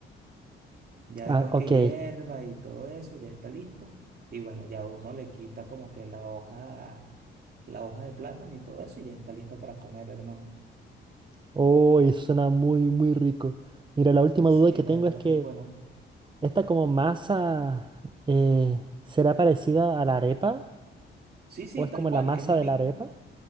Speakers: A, on the right; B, on the right.
A: Ya
B: Ah,
A: después
B: ok.
A: que hierva y todo eso, ya está listo. Y bueno, ya uno le quita como que la hoja, la hoja de plátano y todo eso, y ya está listo para comer, hermano.
B: Oh, y suena muy, muy rico. Mira, la última
A: Y
B: duda
A: sí,
B: que
A: la
B: tengo
A: verdad
B: es que
A: que es bueno.
B: esta como masa eh, ¿será parecida a la arepa?
A: Sí, sí,
B: ¿O es
A: tal
B: como
A: cual,
B: la masa
A: es la
B: de
A: misma,
B: la arepa?